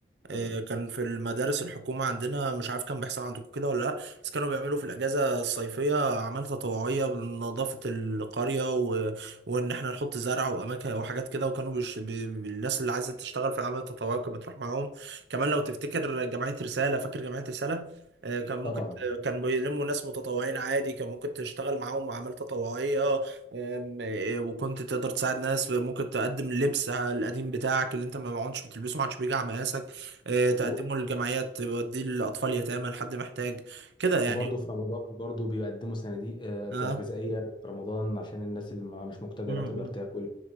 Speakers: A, on the right (about 80°); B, on the left (about 25°).
A: آه،
B: اتفضل
A: كان في المدارس الحكومة عندنا مش عارف كان بيحصل عندكم كده ولا لأ بس كانوا بيعملوا في الأجازة الصيفية أعمال تطوعية بنظافة القرية و... وإن إحنا نحط زرع وأماكن وحاجات كده وكانوا بش... ب... ب- الناس اللي عايزة تشتغل في الأعمال التطوعية كانت بتروح معاهم كمان لو تفتكر جمعية رسالة فاكر جمعية رسالة آه، كان ممكن
B: طبعا
A: كان بيلموا ناس متطوعين عادي كان ممكن تشتغل معاهم أعمال تطوعية أم، إيه، وكنت تقدر تساعد ناس ممكن تقدم اللبس القديم بتاعك اللي انت ما عدتش بتلبسه ما عادش بيجي على مقاسك آه، تقدمه
B: و-
A: للجمعيات بيوديه لأطفال يتامى لحد محتاج كده يعني
B: وبرضه في رمضان برضه بيقدموا صناديق آه،
A: اه
B: غذائيه في رمضان عشان الناس اللي ما- مش مقتدره
A: مم،
B: تقدر
A: مم.
B: تاكل